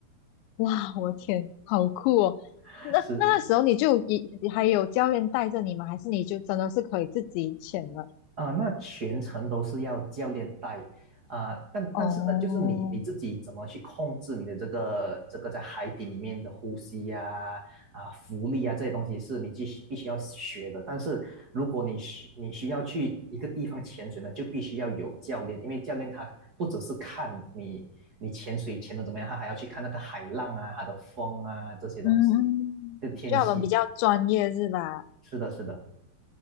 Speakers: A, on the left (about 85°); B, on the right (about 80°).
A: 哇，我天，好酷哦！
B: <laughs>
A: 那那个时候你就一还有教练带着你吗？
B: 是是。
A: 还是你就真的是可以自己潜了？
B: 啊、那全程都是要教练带啊、但但是呢，
A: 哦，
B: 就是你你自己怎么去控制你的这个这个在海底里面的呼吸呀、啊、浮力啊这些东西是你必须必须要学的。但是如果你需你需要去一个地方潜水呢，就必须要有教练，因为教练他不只是看你你潜水潜的怎么样，他还要去看那个海浪啊、它的风啊这些东西，
A: 嗯嗯，
B: 就天气。
A: 就我们比较专业是吧？
B: 是的，是的。